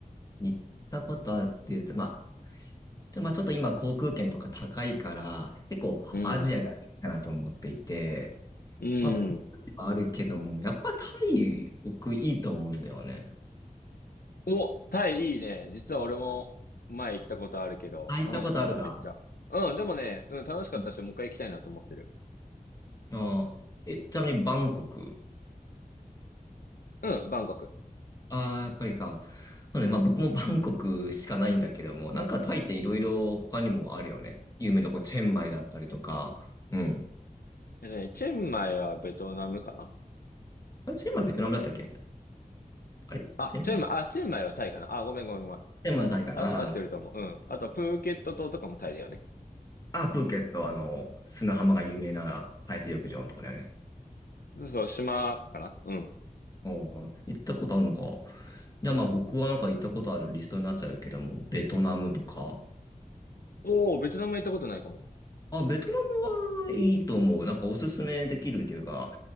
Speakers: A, on the left; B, on the left.
A: 行ったことあるっていうと、まあ、ちょ、まあ、ちょっと今航空券とか高いから、結構アジアがいいかなと思っていて、
B: うん。うん。
A: まあ、ベトナムはあるけども、やっぱタイ、僕いいと思うんだよね。
B: お、タイいいね。実は俺も前行ったことあるけど、
A: あ、行ったことあるか。
B: 楽しかった、めっちゃ。うん、でもね、うん、楽しかったし、
A: うん
B: もう一回行きたいなと思ってる。
A: あー、え、ちなみにバンコク。
B: うん、バンコク。
A: ああ、やっぱりか。そうね、まあ僕もバンコクしかないんだけども、なんかタイっていろいろ他にもあるよね。有名どこ、チェンマイだったりとか。うん。
B: えっとね、チェンマイはベトナムかな
A: あれ、チェンマイベトナムだったっけあれチェン
B: あ、チェンマイ、あ、チェンマイはタイかなあ、ごめんごめんごめん。
A: ピンマイじゃないかな。
B: あ、合ってると思う。
A: あー
B: うん。あとはプーケット島とかもタイだよね。
A: あー、プーケット、あの、砂浜が有名な海水浴場のところだよね。
B: そうそう、島かなうん。
A: おー行ったことあるのか。じゃあまあ僕はなんか行ったことあるリストになっちゃうけども、ベトナムとか。
B: おー、ベトナム行ったことないかも。
A: あ、ベトナムはいいと思う。なんかおすすめできる理由が、